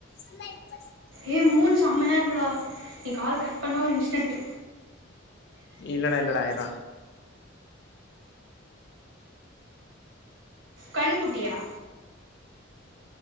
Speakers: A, on the left (about 60°); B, on the right (about 70°).
A: அம்மாண்ட பஸ்
B: ஏய் மூன் செம்மையா இருக்குடா நீ கால் கட் பண்ணா ஒரு இன்ஸ்டென்டு
A: இல்லடா இல்லடா இர்ரா
B: கண்ணுக்குட்டியா